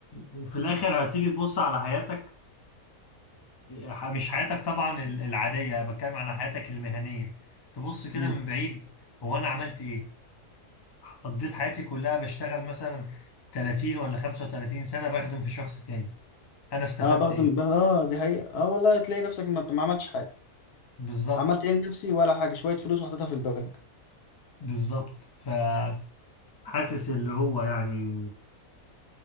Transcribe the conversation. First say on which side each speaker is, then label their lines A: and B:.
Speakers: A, on the left; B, on the left.
A: وفي الآخر هتيجي تبص على حياتك ح- مش حياتك طبعا ال- العادية بتكلم عن حياتك المهنية تبص كده
B: امم
A: من بعيد هو أنا عملت إيه قضيت حياتي كلها بشتغل مثلا 30 ولا 35 سنة بخدم في شخص تاني أنا استفدت
B: اه بخدم
A: إيه
B: بخ- اه دي حقيقة اه والله تلاقي نفسك ما ما عملتش حاجة
A: بالظبط
B: عملت ايه لنفسي ولا حاجة شوية فلوس وحطيتها في البنك
A: بالظبط فحاسس اللي هو يعني